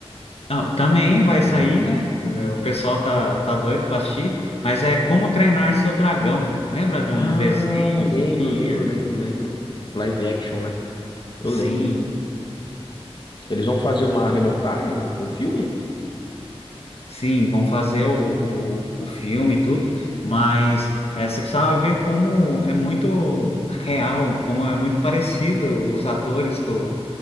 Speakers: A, on the left; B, on the left.
A: Não, também vai
B: Ah,
A: sair, né? É,
B: uhum.
A: O pessoal tá, tá doido para assistir, mas é Como Treinar Seu Dragão. Lembra de
B: Ah,
A: um desenho
B: lembro,
A: que tinha?
B: lembro, lembro, lembro. Live action, né? Eu
A: Sim.
B: lembro, pô. Eles vão fazer uma remontagem no- com o filme?
A: Sim, vão fazer o, o, o filme e tudo, mas eh, você precisava ver como é muito real, como é muito parecido os atores com,